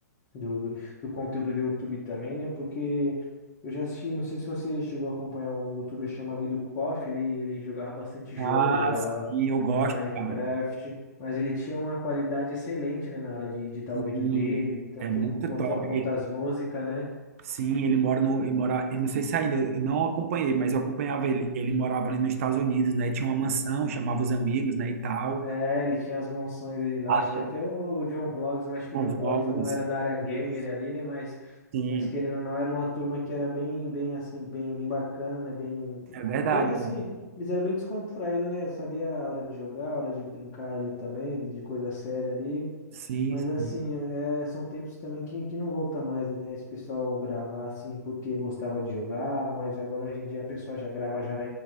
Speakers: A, on the left; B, on the right.
A: do, do, do conteúdo do YouTube também, né? Porque eu já assisti, não sei se você chegou a acompanhar um YouTuber chamado EduKoff, ele, ele jogava bastante jogo,
B: Ah,
A: jogava
B: sim, eu gosto,
A: a Minecraft,
B: cara.
A: mas ele tinha uma qualidade excelente, né, na hora de editar
B: Sim,
A: o vídeo dele, tanto
B: é muito
A: quanto,
B: top.
A: quanto as músicas, né?
B: Sim, ele mora no, ele mora, eu não sei se ainda, eu não acompanhei, mas eu acompanhava ele. Ele morava ali nos Estados Unidos, né? Tinha uma mansão, chamava os amigos, né, e tal.
A: É, ele tinha as mansões dele lá,
B: A-
A: acho que até o John Vlogs, mas acho que
B: Com
A: o John
B: vlogs.
A: Vlogs não era da área gamer
B: Isso.
A: ali, né? Mas,
B: Sim,
A: mas querendo ou não, era uma turma que era bem, bem assim, bem, bem bacana, né? Bem,
B: é verdade,
A: bem assim,
B: cara.
A: eles eram bem descontraídos, né? Sabia a hora de jogar, a hora de brincar ali também, de de coisa séria ali.
B: Sim,
A: Mas assim,
B: sim,
A: é, são tempos também que, que não volta mais, né? Esse pessoal gravar assim porque gostava de jogar, mas agora hoje em dia a pessoa já grava já na,